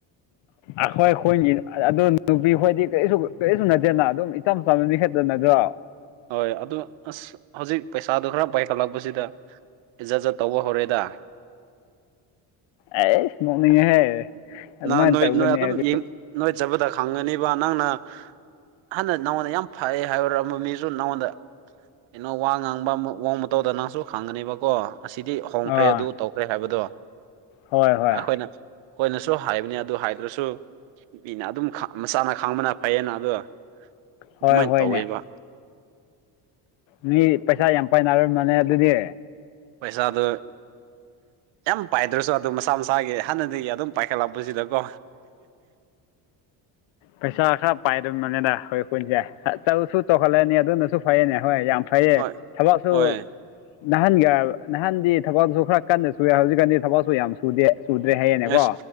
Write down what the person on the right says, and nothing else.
ꯍꯣꯏ ꯑꯗꯨ ꯑꯁ ꯍꯧꯖꯤꯛ ꯄꯩꯁꯥꯗꯨꯣ ꯈꯔ ꯄꯥꯏꯈꯠꯂꯛꯄꯁꯤꯗ ꯏꯖꯠ ꯖꯠ ꯇꯧꯕ ꯍꯧꯔꯦꯗ
ꯅ ꯅꯣꯏ
ꯅꯣꯏ ꯑꯗꯨꯝ
ꯅꯣꯏ ꯆꯕꯗ ꯈꯪꯉꯅꯤꯕ ꯅꯪꯅ ꯍꯥꯟꯗ ꯅꯉꯣꯟꯗ ꯌꯥꯝ ꯐꯩꯌꯦ ꯍꯥꯏꯔꯨꯔꯝꯕ ꯃꯤꯁꯨ ꯅꯪꯉꯣꯟꯗ ꯀꯩꯅꯣ ꯋꯥ ꯉꯥꯡꯕ ꯋꯥꯡꯕ ꯃꯇꯧꯗ ꯅꯪꯁꯨ ꯈꯥꯡꯒꯅꯦꯕꯀꯣ ꯑꯁꯤꯗꯤ ꯍꯣꯡꯈ꯭ꯔꯦ
ꯑꯗꯨ ꯇꯧꯈ꯭ꯔꯦ ꯍꯥꯏꯕꯗꯣ
ꯑꯩꯈꯣꯏꯅ ꯁꯨ ꯍꯥꯏꯕꯅꯤ ꯑꯗꯨ ꯍꯥꯏꯗ꯭ꯔꯁꯨ ꯃꯤꯅ ꯑꯗꯨꯝ ꯃꯁꯥꯅ ꯈꯥꯡꯕꯅ ꯐꯩꯌꯦꯅ ꯑꯗꯣ
ꯑꯗꯨꯃꯥꯏꯅ
ꯇꯧꯋꯦꯕ
ꯄꯩꯁꯥꯗꯨ ꯌꯥꯝ ꯄꯥꯏꯗ꯭ꯔꯁꯨ ꯑꯗꯨ ꯃꯁꯥ ꯃꯁꯥꯒꯤ ꯍꯥꯟꯅꯗꯒꯤ ꯑꯗꯨꯝ ꯄꯥꯏꯈꯠꯂꯛꯄꯁꯤꯗꯀꯣ
ꯍꯣꯏ
ꯍꯣꯏ
ꯑꯦꯁ